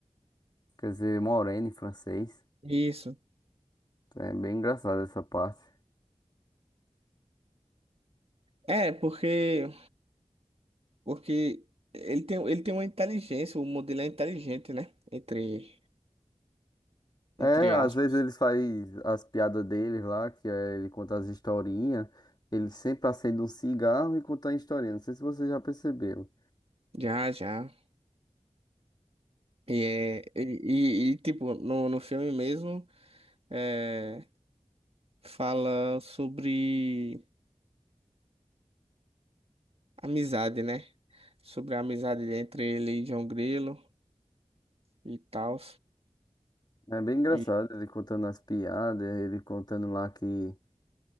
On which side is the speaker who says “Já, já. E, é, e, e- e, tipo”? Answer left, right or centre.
Right